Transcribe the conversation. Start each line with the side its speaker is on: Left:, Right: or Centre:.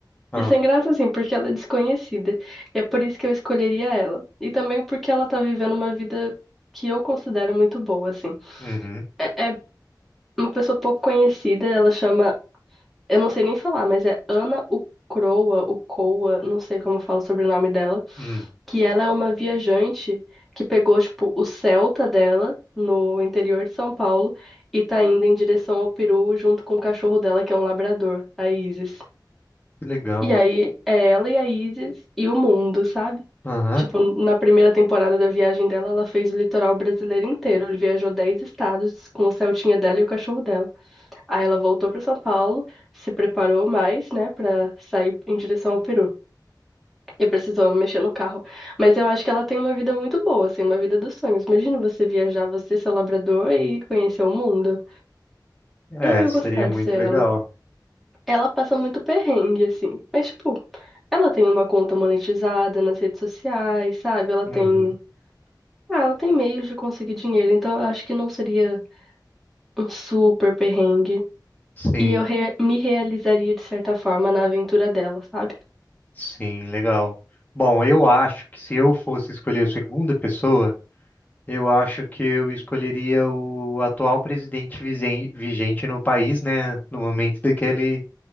Left: Ah,
Centre: E sem graça, assim, porque ela é desconhecida. E é por isso que eu escolheria ela. E também porque ela tá vivendo uma vida que eu considero muito boa, assim.
Left: uhum,
Centre: É, é uma pessoa pouco conhecida, ela chama eu não sei nem falar, mas é Ana Ucroa, Ucoa, não sei como eu falo sobre o sobrenome dela,
Left: hum,
Centre: que ela é uma viajante que pegou, tipo, o Celta dela no interior de São Paulo e tá indo em direção ao Peru junto com o cachorro dela, que é um labrador, a Isis.
Left: que legal.
Centre: E aí é ela e a Isis e o mundo, sabe?
Left: Aham.
Centre: Tipo, na primeira temporada da viagem dela, ela fez o litoral brasileiro inteiro. Viajou 10 estados com o Celtinha dela e o cachorro dela. Aí ela voltou para São Paulo, se preparou mais, né, para sair em direção ao Peru. E precisou mexer no carro. Mas eu acho que ela tem uma vida muito boa, assim, uma vida dos sonhos. Imagina você viajar, você ser labrador e conhecer o mundo.
Left: É,
Centre: Eu ia
Left: seria
Centre: gostar
Left: muito
Centre: de ser
Left: legal.
Centre: ela. Ela passa muito perrengue, assim. Mas, tipo, ela tem uma conta monetizada nas redes sociais, sabe? Ela tem.
Left: Uhum.
Centre: Ah, ela tem meios de conseguir dinheiro, então eu acho que não seria um super perrengue.
Left: Sim,
Centre: E eu re- me realizaria de certa forma na aventura dela, sabe?
Left: sim, legal. Bom, eu acho que se eu fosse escolher a segunda pessoa. Eu acho que eu escolheria o atual presidente visen- vigente no país, né? No momento daquele.